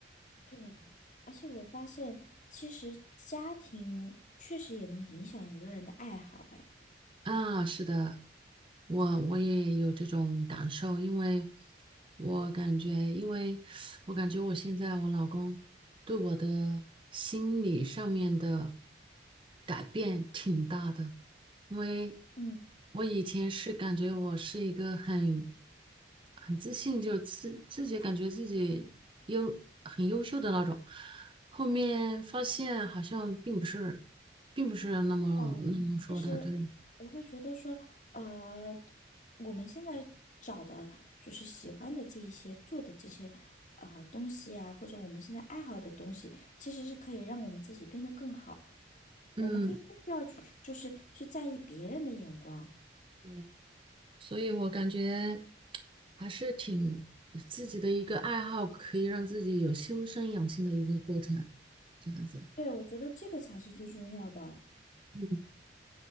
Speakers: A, on the left; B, on the right.
A: 对，而且我发现，其实家庭确实也能影响一个人的爱好。哎，
B: 啊，是的，我我也有这种感受，因为我感觉，因为我感觉我现在我老公对我的心理上面的改变挺大的，因为
A: 嗯，
B: 我以前是感觉我是一个很很自信，就自自己感觉自己优很优秀的那种，后面发现好像并不是，并不是那么那么说的，
A: 嗯其实我会觉得说，
B: 对。
A: 呃，我们现在找的就是喜欢的这一些做的这些呃东西啊，或者我们现在爱好的东西，其实是可以让我们自己变得更好。我们可以不需要去就是去在意别人的眼光。
B: 嗯，对，所以我感觉还是挺自己的一个爱好，可以让自己有修身养性的一个过程，这样子。
A: 对，我觉得这个才是最重要的。
B: 嗯，